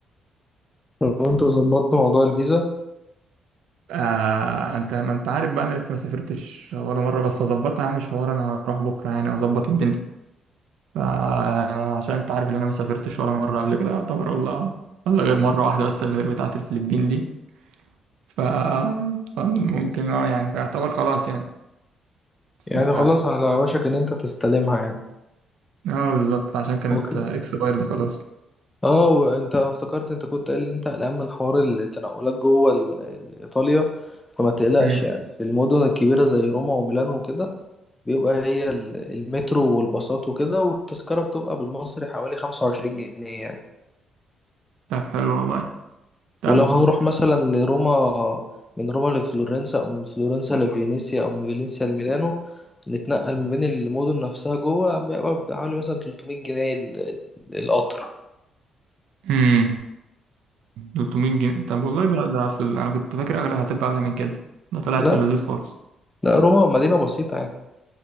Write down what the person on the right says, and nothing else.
آه انت ما انت عارف بقى انا لسه ما سافرتش ولا مره بس اظبطها يا عم مش حوار انا هروح بكره يعني واظبط الدنيا فعشان انت عارف ان انا ما سافرتش ولا مره قبل كده يعتبر ولا ولا غير مره واحده بس اللي غير بتاعه الفلبين دي ف فممكن اه يعني فيعتبر خلاص يعني
ف
اه بالظبط عشان كانت
اكسبايرد خلاص
مم.
طب حلو والله طب
امم 300 جنيه طب والله ده ده في ال... انا كنت فاكر اغلى هتبقى اغلى من كده ده طلعت
في اللذيذ خالص